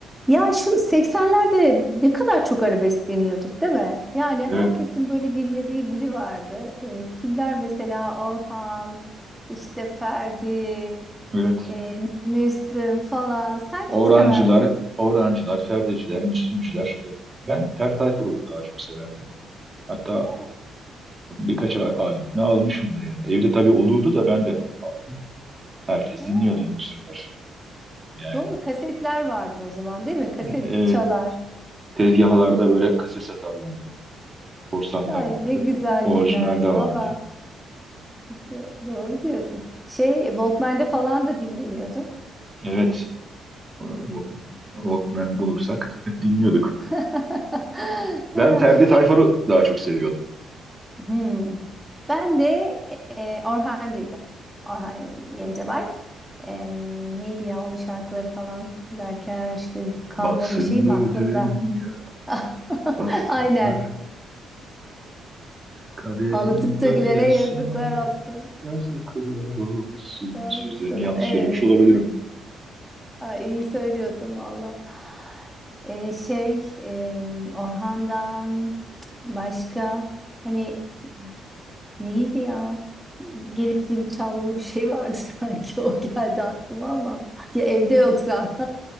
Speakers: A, in the centre; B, on the right.
A: Ya şu 80'lerde ne kadar çok arabesk dinliyorduk değil mi? Yani herkesin
B: Evet,
A: böyle dinlediği biri vardı. Ee, kimler mesela Orhan, işte Ferdi,
B: evet.
A: e, Müslüm falan. Sen
B: Orancılar,
A: kimi severdin?
B: Orancılar, Ferdeciler, Müslümcüler. E, Ben Ferdi Tayfur'u daha çok severdim. Hatta
A: He,
B: birkaç al- albümünü almışımdır yani. Evde tabii olurdu da ben de aldım. Herkes
A: he.
B: dinliyordu bu sıralar. Yani
A: Doğru kasetler vardı o zaman değil mi? Kaset
B: e, e,
A: çalar.
B: tezgahlarda böyle kaset satarlardı. Korsan
A: Ay
B: da vardı.
A: ne güzel
B: Orijinal
A: günlerdi
B: de vardı.
A: valla. Do- Doğru diyorsun. Şey Walkman'de falan da dinleniyordu.
B: Evet. Walk- Walkman bulursak <laughs> dinliyorduk.
A: <laughs> Ha,
B: Ben Ferdi Tayfur'u
A: Peki
B: daha çok seviyordum.
A: Hmm. Ben de e, Orhancıydım. Orhan Gencebay. E, neydi ya onun şarkıları falan derken işte bir kalmamış
B: Batsın
A: şeyim
B: bu
A: aklımda.
B: dünya,
A: <laughs>
B: batsın
A: Aynen.
B: bu Kaderim
A: Ağlatıp da
B: böylesine
A: gülene yazıklar olsun.
B: yazdı kılar olsun.
A: Olsun.
B: Sözlerini yanlış
A: Evet.
B: söylemiş olabilirim.
A: Ay, iyi söylüyorsun valla. E, şey e, Orhan'dan başka hani Neydi ya? Gelip zili çalmalı bir şey vardı <laughs> sanki. O geldi aklıma ama. Ya evde yoksa.